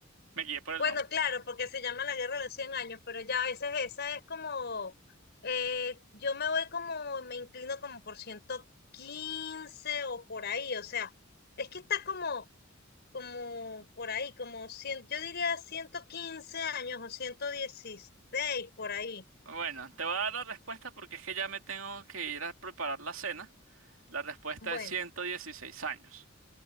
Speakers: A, on the right; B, on the left.
A: me guié por el
B: Bueno,
A: nombre.
B: claro, porque se llama la Guerra de los Cien años, pero ya a veces esa es como... eh, yo me voy como, me inclino como por ciento quince o por ahí. O sea, es que está como... como por ahí, como cien yo diría 115 años o 116 por ahí.
A: Bueno, te voy a dar la respuesta porque es que ya me tengo que ir a preparar la cena. La respuesta
B: Bueno,
A: es 116 años.